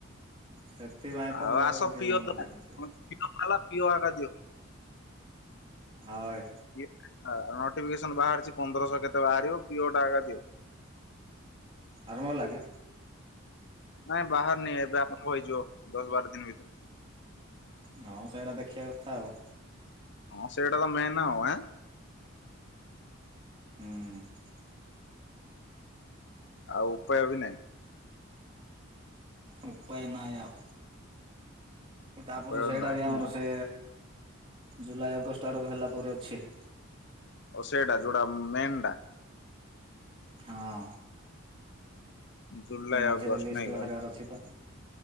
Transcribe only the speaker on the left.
ଆଉ
ଆସ
ପିଅ
ତମେ।
ପିଓ ଖଲା ପିଓ ଆଗ ଦିଅ।
ପିଇଓ ନୋଟିଫିକେସନ ବାହାରିଛି ପନ୍ଦରଶହ କେତେ ବାହାରିବ ପିଓଟା ଆଗ ଦିଅ।
ନାଇଁ ବାହାରିନି ଏବେ ଆରମ୍ଭ ହେଇଯିବ ଦଶ ବାର ଦିନ ଭିତରେ।
ହଁ ସେଇଟା ତ ମେନ୍ ଆଉ ଆଁ।
ଆଉ ଉପାୟ ବି ନାହିଁ।
ଉପାୟ
ନାହିଁ
ଆଉ।
ଓ ସେଇଟା ଯୋଉଟା ମେନ୍ ଟା?
ଜୁଲାଇ
ଅଗଷ୍ଟ
ନାଇଁ